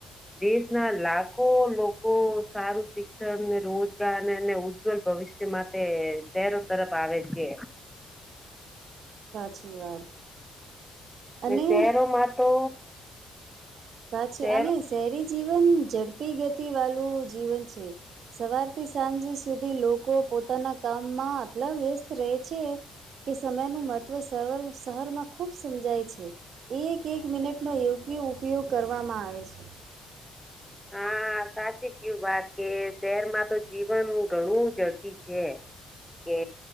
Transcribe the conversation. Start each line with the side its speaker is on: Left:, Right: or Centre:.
Centre: દેશ ના લાખો લોકો સારું શિક્ષણ રોજગારને અને ઉજ્જવલ ભવિષ્ય માટે શહેરો તરફ આવે છે
Right: સાચી વાત અને
Centre: શહેરોમાં તો
Right: સાચી
Centre: શહેર
Right: અને શહેરી જીવન ઝડપી ગતિ વાળું જીવન છે સવારથી સાંજ સુધી લોકો પોતાના કામમાં આટલા વ્યસ્ત રહે છે કે સમયનું મહત્ત્વર શહેરમાં ખૂબ સમજાય છે એક એક મિનિટનોો યોગ્ય ઉપયોગ કરવામાં આવે છે
Centre: હા સાચી કેવી વાત કે શહેરમાં તો જીવન ઘણું ઝડપી છે કે